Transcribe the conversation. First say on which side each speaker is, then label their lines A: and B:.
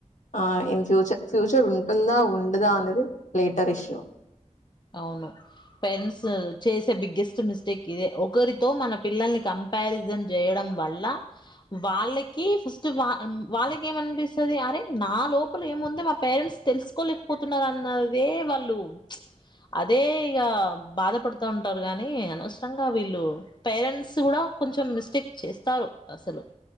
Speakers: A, on the left; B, on the left.
A: ఆ ఇన్ ఫ్యూచర్ ఫ్యూచర్ ఉంటుందా ఉండదా అనేది లేటర్ ఇష్యూ
B: అవును పేరెంట్స్ చేసే బిగ్గెస్ట్ మిస్టేక్ ఇదే ఒకరితో మన పిల్లల్ని కంపారిజన్ చేయడం వల్ల వాళ్ళకి ఫస్ట్ వాళ్ళకి ఏమనిపిస్తుంది అరే నా లోపల ఏముంది మా పేరెంట్స్ తెలుసుకోలేకపోతున్నారు అన్నదే వాళ్ళు అదే ఇక బాధపడుతా ఉంటారు గాని అనవసరంగా వీళ్ళు పేరెంట్స్ కూడా సో మిస్టేక్ చేస్తారు అసలు